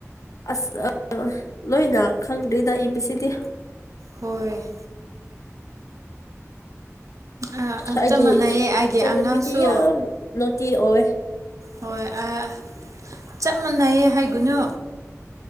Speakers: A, on the left; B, on the right.
A: ꯑꯁ ꯑ ꯂꯣꯏꯅ ꯈꯪꯗ꯭ꯔꯤꯗ ꯑꯦꯕꯤꯁꯤꯗꯤ
B: ꯍꯣꯏ ꯑꯥ
A: ꯑꯩꯒꯤ
B: ꯆꯞ ꯃꯥꯟꯅꯩꯌꯦ ꯑꯩꯒꯤ
A: ꯏꯆꯟꯅꯨꯄꯤꯗꯤ
B: ꯑꯉꯥꯡꯁꯨ
A: ꯌꯥꯝ ꯅꯣꯇꯤ ꯑꯣꯏ
B: ꯍꯣꯏ ꯑꯥ‌ ꯆꯞ ꯃꯥꯟꯅꯩꯌꯦ ꯍꯥꯏꯒꯅꯨ